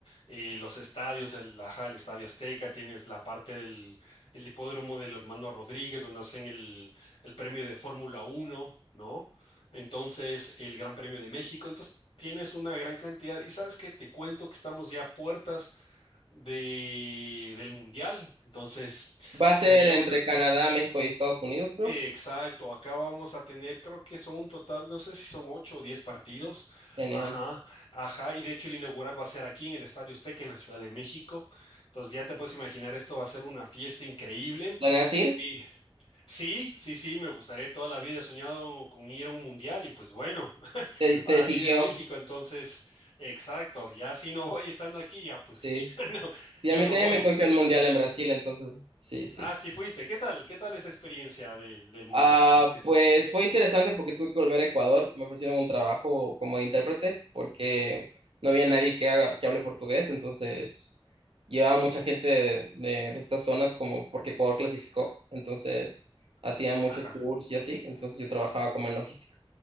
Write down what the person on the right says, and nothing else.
Va
a ser entre
Canadá, México y Estados Unidos, creo.
Genial.
¿Planeas ir?
Te, te
siguió,
sí.
Sí,
a mí
también
me cogió el mundial en Brasil, entonces sí, sí.
Ah,
pues fue interesante porque tuve que volver a Ecuador. Me ofrecieron un trabajo como de intérprete porque no había nadie que haga, que hable portugués. Entonces llevaba mucha gente de, de- de estas zonas como porque Ecuador clasificó. Entonces hacían muchos
tours y así. Entonces yo trabajaba como en logística.